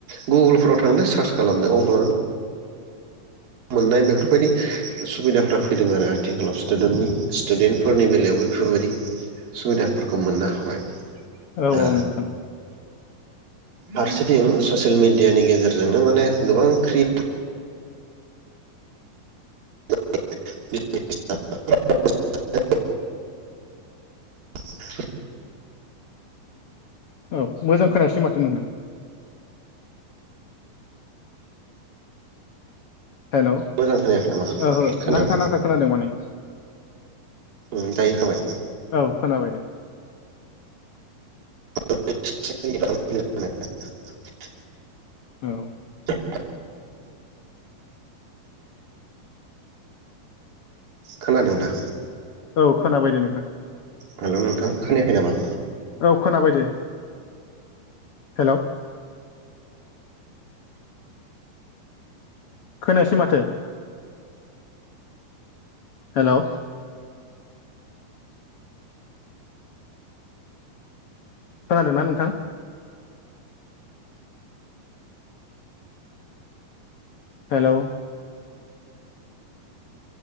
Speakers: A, on the right (about 70°); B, on the left (about 80°).
A: गुगोलफोराव थांदों सार्च खालामदो अब्ला मोननाय बेफोरबायदि सुबिदा फोरा फैदों आरो आथिखालाव स्टु स्टुदेन्टफोरनि बेलायावबो बेफोरबायदि सुबिदाफोरखौ मोननो हाबाय।
B: औ
A: ओ
B: औ नोंथां
A: फारसेथिं ससियेल मिडियानि गेजेरजोंनो माने गोबां क्रियेटिभ <unintelligible> <inaudible>
B: औ मोजां खोनायासै माथो नोंना हेलौ
A: मोजां खोनायाखै नामा
B: ओहो
A: खोनादों
B: नांथा नांथा खोनादों माने।
A: उम दायोखाबाय
B: औ खोनाबाय दे
A: <unintelligible>
B: औ
A: <unintelligible> खोनादोंं दा
B: औ खोनाबाय दे नोंथां
A: हेलौ नोंथां खोनायाखै नामा?
B: औ खोनाबाय दे हेलौ खोनायासै माथो हेलौ खोनादोंना नोंथां? हेलौ